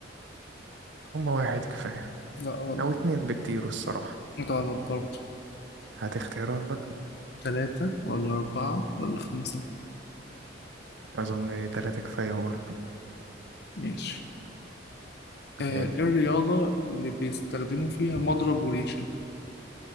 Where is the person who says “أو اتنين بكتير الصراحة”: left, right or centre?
Right